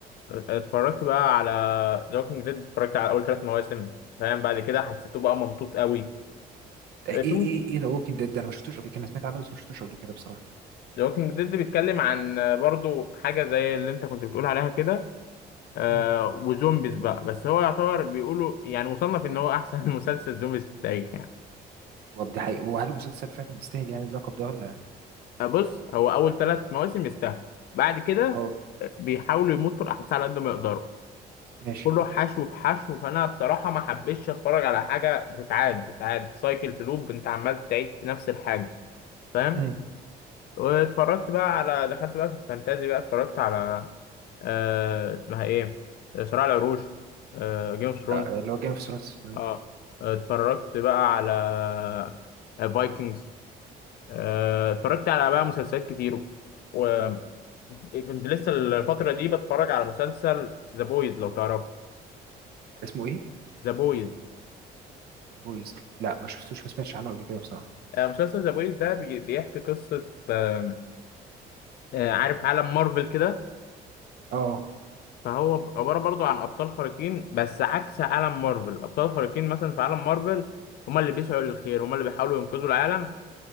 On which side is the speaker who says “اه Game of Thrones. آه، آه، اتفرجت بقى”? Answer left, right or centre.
Left